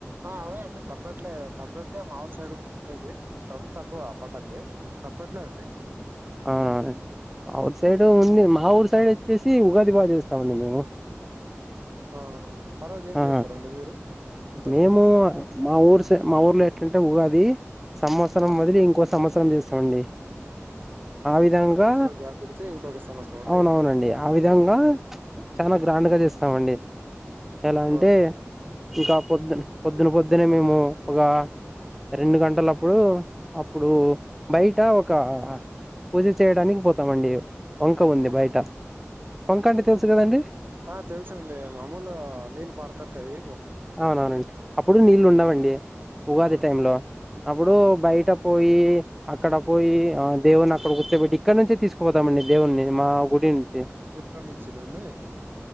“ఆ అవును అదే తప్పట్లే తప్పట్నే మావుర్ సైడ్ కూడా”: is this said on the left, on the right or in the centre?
Right